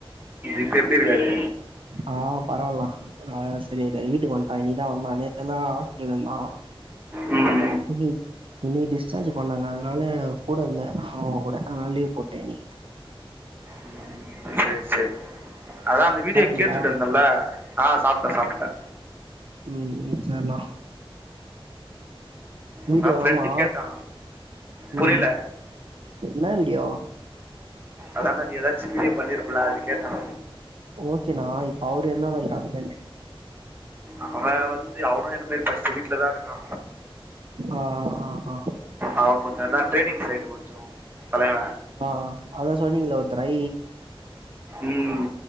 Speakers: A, on the right; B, on the right.
A: இப்ப எப்டி இருக்காரு
B: ஆஹ் பரவால்னா ஆஹ் செரியாய்டா வீட்டுக் வன்ட்டா இன்னிக் தா வந்தா நேத்தெல்லா ஹாஸ்பிட்டல்ல இந்தா
A: உம்
B: ஹ்ம் இன்னிக்கு டிஸ்ச்சார்ஜ் பண்ணா அதனால கூட இருந்தே அவங் கூட அத்னால லீவ் போட்டே இன்னிக்
A: ம் சேர் சேர் அதா அந்த வீடியோ
B: சாப்ட்டீங்களா
A: கேட்டுட்டு இருந்தன்ல்ல ஆஹ் சாப்ட்டே சாப்ட்டே
B: உம் ம் சேர்ணா வீடியோ
A: அதா ஃப்ரெண்டு
B: ஆமா
A: கேட்டா புரியல
B: ம் ன்னா வீடியோ
A: அதான்டா நீ ஏதாச்சு வீடியோ பேட் பண்ணிருப்ல அத கேட்ட
B: ஓகேணா இப்ப அவரு என்ன மாறி இருக்காருன் <unintelligible>
A: அவே வந் து அவனு என்ன மாரி படிச்ட்டு வீட்லா தா இருக்கா
B: ஆ ஆ ஆ
A: அவ கொஞ்சோ நாள் ட்ரேடிங் சைடு கொஞ்சோ தலைவ
B: ஆ அதா சொன்னீங்களே ஒருத்தரை
A: உம்